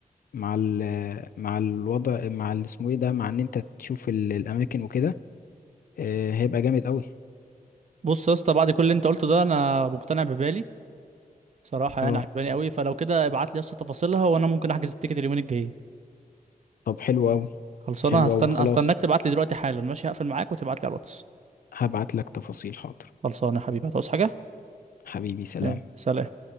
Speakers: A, on the left; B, on the right.
A: مع ال مع الوضع مع ال- اسمه ايه ده مع ان انت تشوف ال- الاماكن وكده آه، هيبقى جامد قوي
B: بص يا اسطى بعد كل اللي انت قلته ده انا مقتنع ببالي صراحه يعني
A: اه
B: عجباني قوي فلو كده ابعت لي يا اسطى تفاصيلها وانا ممكن احجز التيكت اليومين الجايين
A: طب حلو قوي
B: خلصانه
A: حلو
B: هستنى
A: قوي خلاص
B: استناك تبعت لي دلوقتي حالا ماشي هقفل معاك وتبعت لي على الواتس
A: هبعت لك تفاصيل حاضر
B: خلصانه يا حبيبي هتعوز حاجه
A: حبيبي سلام
B: يلا سلام